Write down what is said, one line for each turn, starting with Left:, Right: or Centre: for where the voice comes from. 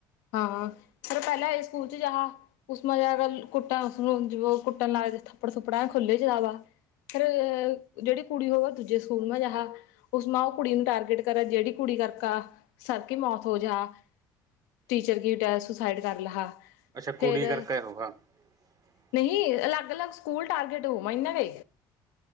Left: ਹਾਂ ਫਿਰ ਪਹਿਲਾਂ ਇਸ ਸਕੂਲ ਚ ਜਾਹਾ ਉਸ ਮਾ ਜਾ ਕਰ ਕੁੱਟਣ ਉਸਨੂੰ ਕੁੱਟਣ ਲ ਥੱਪੜ ਥੱਪੜਾ ਖੁੱਲੇ ਚ ਜਾ ਵਾ ਫੇਿਰਹ ਜਿਹੜੀ ਕੁੜੀ ਹੋਵੇ ਦੂਜੇ ਸਕੂਲ ਮੈਂ ਜਾਹਾ ਉਸ ਮਾ ਉਹ ਕੁੜੀ ਨੂੰ ਟਾਰਗੇਟ ਕਰਾ ਜਿਹੜੀ ਕੁੜੀ ਕਰਕਾ ਸਰਕ ਮੌਤ ਹੋ ਜਾ। <unintelligible> <unintelligible> ਟੀਚਰ ਕੀਟ ਸੁਸਾਈਡ ਕਰ ਲਹਾ। <unintelligible>
Right: ਅੱਛਾ ਕੁੜੀ
Left: ਫੇਰ
Right: ਕਰਰ ਕ ਹੋਗਾ <unintelligible>
Left: ਨਹੀਂ ਅਲੱਗ -ਅਲੱਗ ਸਕੂਲ ਟਾਰਗੇਟ ਹੋਊ, ਮ ਇਨਾ ਕ